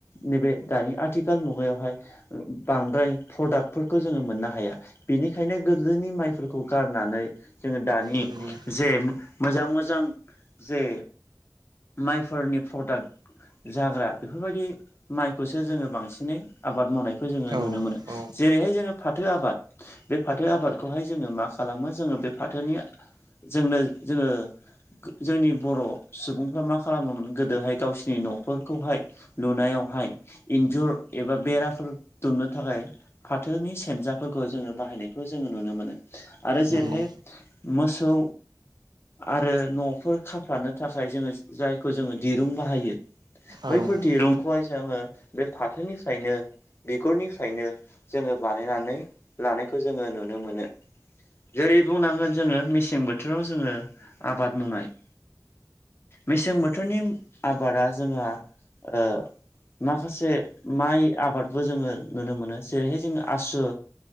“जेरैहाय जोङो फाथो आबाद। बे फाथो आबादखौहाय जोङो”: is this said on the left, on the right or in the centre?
Left